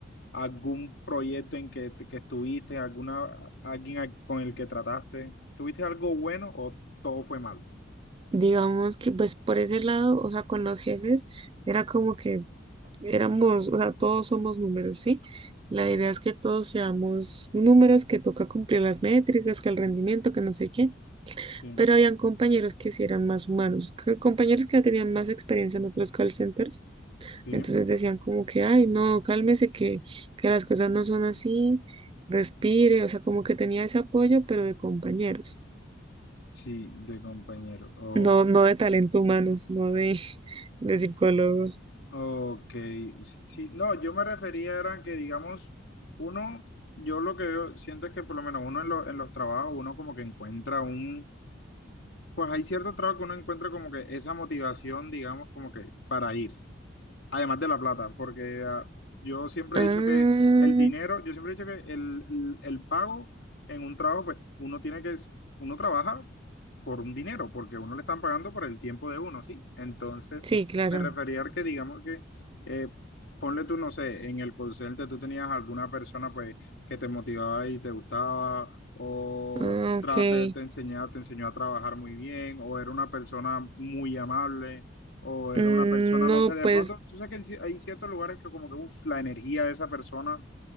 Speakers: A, on the left (about 65°); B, on the right (about 30°).
A: algún proyecto en que, que estuviste, alguna, alguien a- con el que trataste. ¿Tuviste algo bueno o todo fue malo?
B: Digamos que pues por ese lado, o sea, con los jefes era como que éramos, o sea, todos somos números, ¿sí? La idea es que todos seamos números, que toca cumplir las métricas, que el rendimiento, que no sé qué,
A: Sí,
B: pero habían compañeros que sí eran más humanos, que- compañeros que ya tenían más experiencia en otros call centers,
A: sí,
B: entonces decían como que, ay, no, cálmese, que, que las cosas no son así, respire, o sea, como que tenía ese apoyo, pero de compañeros,
A: sí, de compañero. O-
B: no, no de talento humano, no de <laughs> de psicólogo.
A: ok, sí, sí, no, yo me refería era que, digamos, uno, yo lo que veo- siento es que por lo menos uno en, lo- en los trabajos, uno como que encuentra un, pues hay cierto trabajo que uno encuentra como que esa motivación, digamos, como que para ir. Además de la plata, porque ah, yo siempre
B: Ah,
A: he dicho que el dinero, yo siempre he dicho que el, el- el pago en un trabajo, pues uno tiene que, uno trabaja por un dinero, porque a uno le están pagando por el tiempo de uno, ¿sí? Entonces,
B: sí, claro.
A: me refería a que digamos que, eh, ponle tú, no sé, en el call center tú tenías alguna persona pues que te motivaba y te gustaba, o
B: Ah,
A: trate,
B: ok.
A: te te enseñaba, te enseñó a trabajar muy bien, o era una persona muy amable, o era
B: Mm,
A: una persona,
B: No,
A: no sé, de
B: pues,
A: pronto, tú sabes que en ci- hay ciertos lugares que como que, uff, la energía de esa persona